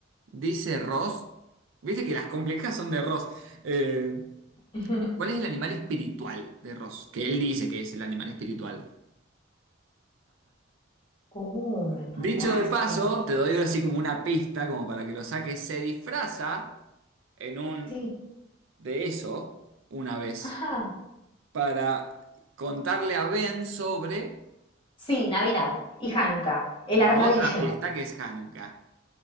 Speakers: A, on the right; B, on the left.
A: dice Ross? Viste que las complejas son de Ross. Eh,
B: <laughs>
A: ¿cuál es el animal espiritual de Ross? Que él dice que es el animal espiritual.
B: Oh, me mataste.
A: Dicho de paso, te doy así como una pista, como para que lo saques. Se disfraza en un
B: Sí.
A: de eso una vez
B: Ajá.
A: para contarle a Ben sobre
B: Sí, Navidad y Hanukkah. El
A: La
B: armadillo.
A: otra fiesta que es Hanukkah.